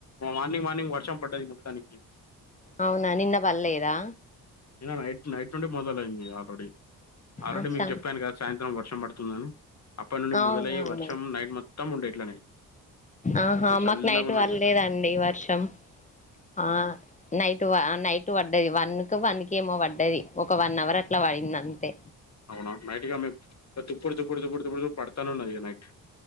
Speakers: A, on the left (about 40°); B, on the left (about 15°).
A: మార్నింగ్ మార్నింగ్ వర్షం పడ్డది మొత్తానికి
B: అవునా నిన్న పడలేదా
A: నిన్న నైట్ నైట్ నుండి మొదలైంది ఆల్రెడీ ఆల్రెడీ
B: అచ్చా
A: మీకు చెప్పాను కద సాయంత్రం వర్షం పడుతుందని అప్పటి నుండి
B: అవునవును
A: మొదలయ్యి వర్షం నైట్ మొత్తం ఉండే ఇట్లనే
B: ఆహా
A: మొత్తం చల్లగా
B: మాకు నైట్
A: ఉన్నది
B: పడ్లేదండి
A: కదా
B: వర్షం ఆ నైటు ఆ నైటు పడ్డది వన్కి వన్కి ఏమో పడ్డది ఒక వన్ అవర్ అట్ల పడింది అంతే
A: అవునా నైట్ ఇగ మీక్ తుప్పుడు తుప్పుడు తుప్పుడు తుప్పుడు తుప్పుడు పడతానే ఉన్నదిగ నైట్